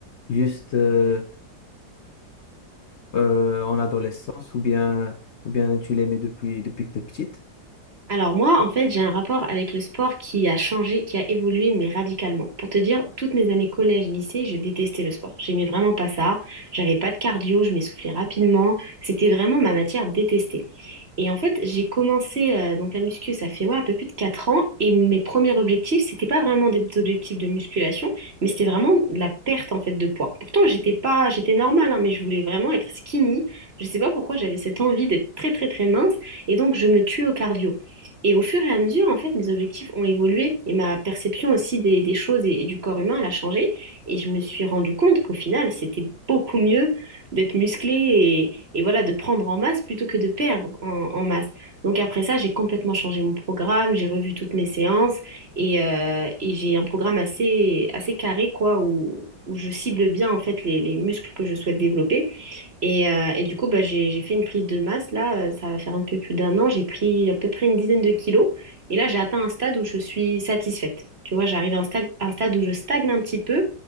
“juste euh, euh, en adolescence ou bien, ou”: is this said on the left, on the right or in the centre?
Left